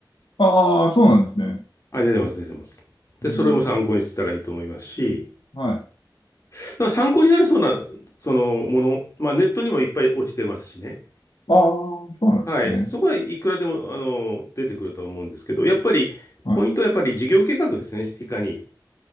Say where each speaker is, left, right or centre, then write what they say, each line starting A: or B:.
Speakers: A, on the left; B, on the left.
A: ああ、そうなんですね。
B: あ、出てます、出てます。で、
A: うん、
B: それも参考にしたらいいと思いますし、
A: はい。あ
B: だから参考になりそうな、そのもの、まあ、ネットにもいっぱい落ちてますしね。
A: あ、そうなんですね。
B: はい。そこはいくらでも、あの、出てくるとは思うんですけど、やっぱり、
A: はい、
B: ポイントはやっぱり事業計画ですね。いかに